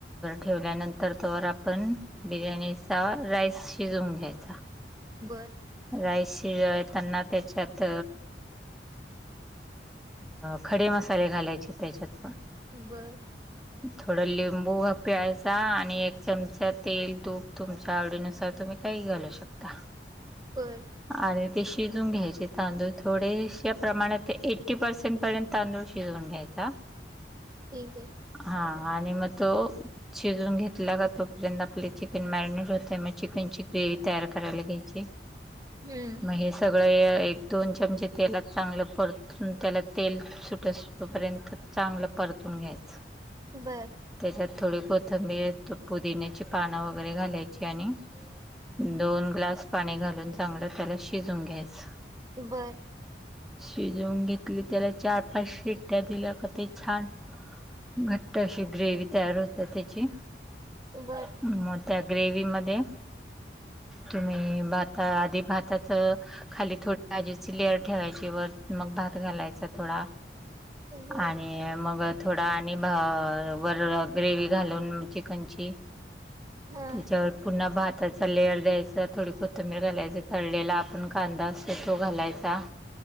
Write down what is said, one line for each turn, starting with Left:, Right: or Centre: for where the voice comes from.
Centre: ठेवल्यानंतर तोवर आपण बिर्याणीचा राईस शिजवून घ्यायचा.
Right: बरं
Centre: राईस शिजवाय त्यांना त्याच्यात खडे मसाले घालायचे त्याच्यात पण
Right: बर.
Centre: थोडं लिंबू पिळायचा आणि एक चमचा तेल तूप तुमच्या आवडीनुसार तुम्ही काही घालू शकता,
Right: बर
Centre: आणि ते शिजून घ्यायचे तांदूळ थोडेशे प्रमाणात ते एट्टी पर्सेंट पर्यंत तांदूळ शिजून घ्यायचा.
Right: ठीक आहे
Centre: हा आणि मग तो शिजवुन घेतला का तोपर्यंत आपले चिकन मॅरिनेट होतय मग चिकनची ग्रे वी तयार करायला घ्यायची.
Right: हम्म
Centre: मग हे सगळं एक दोन चमचे तेलात चांगलं परतून त्याला तेल सुटसं तोपर्यंत चांगलं परतून घ्यायचं.
Right: बर.
Centre: त्याच्यात थोडी कोथंबीर त पुदिन्याची पानं वगैरे घालायची आणि दोन ग्लास पाणी घालून चांगलं त्याला शिजवुन घ्यायचं.
Right: बर.
Centre: शिजवून घेतली त्याला चार पाच शिट्टया दिल्या का ते छान. घट्ट अशी ग्रेवी तयार होते त्याची.
Right: बर.
Centre: मग त्या ग्रेवी मधे, तुम्ही भात. तर आधी भाताचं खाली भाजीची लेअर ठेवायची वर मग भात घालायचा थोडा.
Right: बर
Centre: आणि मग थोडा आणि वर ग्रेवी घालून चिकनची
Right: हा
Centre: त्याच्यावर पुन्हा भाताचा लेअर द्यायचा थोडी कोथंबीर घालायच तळलेला आप आपण कांदा असतो तो घालायचा.